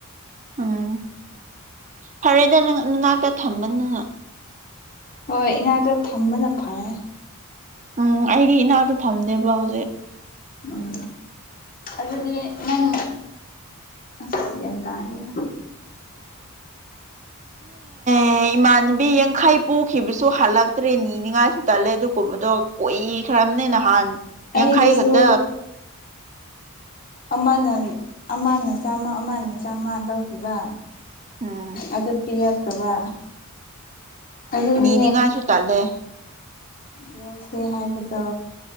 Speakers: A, on the right; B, on the left.
A: ꯎꯝ ꯐꯔꯦꯗ ꯅꯅꯥꯛꯇ ꯊꯝꯕꯅꯤꯅꯨ
B: ꯍꯣꯏ ꯏꯅꯥꯛꯇ ꯊꯝꯕꯅ ꯐꯔꯦ
A: ꯎꯝ ꯑꯩꯗꯤ ꯏꯅꯥꯛꯇꯣ ꯊꯝꯅꯦꯕ ꯍꯧꯖꯤꯛ
B: ꯎꯝ ꯑꯗꯨꯗꯤ ꯅꯪ ꯑꯁ ꯀꯗꯥ ꯍꯦn
A: ꯑꯦ ꯏꯃꯥꯟꯅꯕꯤ ꯌꯥꯡꯈꯩ ꯄꯨꯈꯤꯕꯁꯨ ꯍꯜꯂꯛꯇ꯭ꯔꯦ ꯅꯤꯉꯥꯏ ꯇꯠꯂꯦ ꯑꯗꯨꯒ ꯀꯨꯝꯕꯗꯣ ꯀꯨꯏꯈ꯭ꯔꯕꯅꯦ ꯅꯍꯥꯟ
B: ꯑꯩꯒꯤꯁꯨꯣ
A: ꯌꯥꯡꯈꯩ ꯈꯛꯇ
B: ꯑꯃꯅ ꯑꯃꯅ ꯆꯥꯝꯃ ꯑꯃꯅ ꯆꯥꯝꯃ ꯂꯧꯧꯈꯤꯕ
A: ꯎꯝ
B: ꯑꯗꯨ ꯄꯤꯔꯛꯇꯕ ꯑꯗꯨꯅꯦ
A: ꯅꯤꯅꯤꯡꯉꯥꯏꯁꯨ ꯇꯜꯂꯦ
B: ꯭ꯂꯧꯁꯦ ꯍꯥꯏꯕꯗꯣ